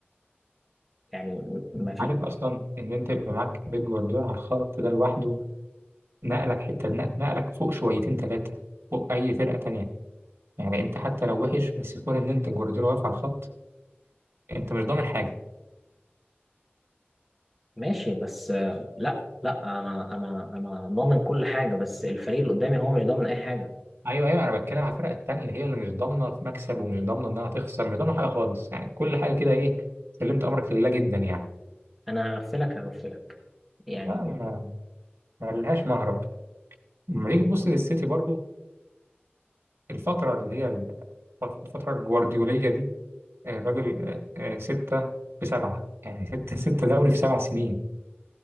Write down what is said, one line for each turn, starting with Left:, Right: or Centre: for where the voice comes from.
Centre: يعني م- ما
Right: أنت
Centre: في
Right: عارف أصلا إن أنت يبقى معاك بيب جوارديولا على الخط ده لوحده نقلك حتة نقلك فوق شويتين تلاتة فوق أي فرقة تانية يعني انت حتى لو وحش بس يكون ان انت جوارديولا واقف على الخط انت مش ضامن حاجه
Centre: ماشي بس آه، لا لا انا انا انا ضامن كل حاجه بس الفريق اللي قدامي هو مش ضامن اي حاجه
Right: ايوه ايوه انا بتكلم على الفرق التانيه هي اللي مش ضامنه مكسب ومش ضامنه انها تخسر مش ضامنه حاجه خالص يعني كل حاجه كده ايه سلمت امرك لله جدا يعني
Centre: انا هغفلك هغفلك يعني
Right: آه ما ما لهاش مهرب لما نيجي تبص للسيتي برضو الفتره اللي هي ال- الفتره الجوارديوليه دي آه، الراجل آه، آه، ستة في سبعة يعني ستة ستة دوري في سبع سنين